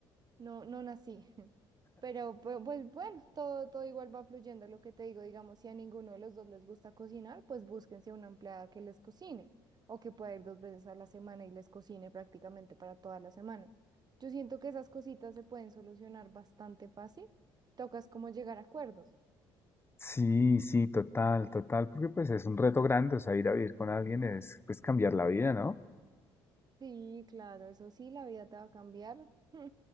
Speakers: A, on the right; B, on the left.
A: No, no nací. <laughs> Pero pu- pues bueno, todo, todo igual va fluyendo. Lo que te digo, digamos, si a ninguno de los dos les gusta cocinar, pues búsquense una empleada que les cocine o que pueda ir dos veces a la semana y les cocine prácticamente para toda la semana. Yo siento que esas cositas se pueden solucionar bastante fácil. Tocas como llegar a acuerdos.
B: Sí, sí, total, total, porque pues es un reto grande, o sea, ir a vivir con alguien es pues cambiar la vida, ¿no?
A: Sí, claro, eso sí, la vida te va a cambiar <laughs> mm,